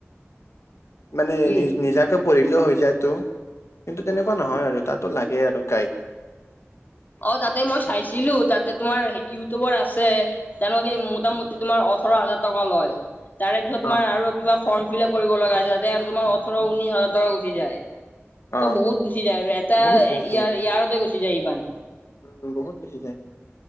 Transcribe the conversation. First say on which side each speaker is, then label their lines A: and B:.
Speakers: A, on the left; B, on the left.
A: মানে
B: কি
A: নি নিজাকে পঢ়িলেও হৈ যায়টো কিন্তু, তেনেকুৱা নহয় আৰু তাতো লাগে আৰু গাইদ।
B: অ তাতে মই চাইছিলোঁ তাত তোমাৰ ইউটিউবাৰ আছে, তেওঁনেলোকে মোটামুটি তোমাৰ ওঠৰ হাজাৰ টকা লয়। তাৰে পিছত তোমাৰ
A: অ
B: আৰু কিবা ফৰ্ম ফিলাপ কৰিব লগা আছে, তাতে আৰু তোমাৰ ওঠৰ ঊনিশ হাজাৰ টকা গুচি যায়। তো
A: অ
B: বহুত গুচি যায় আৰু এটা
A: বহুত বহুত
B: ইয়াৰ
A: বহুত
B: ইয়াৰতে গুচি যায় ইমান।
A: উম বহুত গুছি যায়।